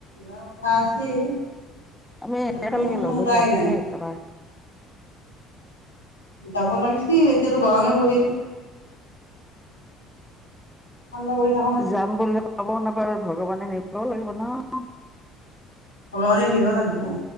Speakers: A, on the left (about 85°); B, in the centre.
A: যাৰ কথা আছিল কিন্তু
B: আমি একেলগে
A: কোনোচোন
B: লগ
A: ওলাই
B: হৈ যাম
A: নাই
B: দেই কেতিয়াবা।
A: যাব লাগিছিল এতিয়াতো গৰমে পৰিল ঠাণ্ডা কৰি থা
B: যাম বুলি ক'বও নাপাই ভগৱানে নিবও লাগিব নহয়
A: ভগৱানে নিব লাগব